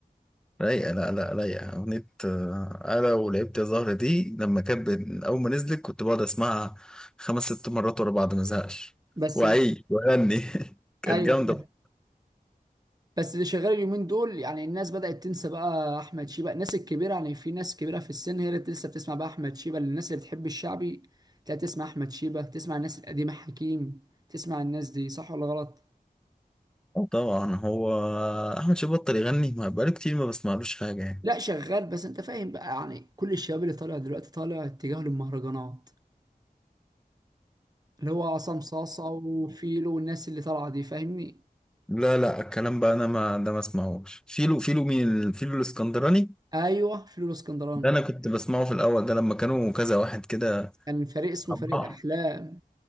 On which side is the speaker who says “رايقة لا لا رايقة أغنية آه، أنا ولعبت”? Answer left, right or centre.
Centre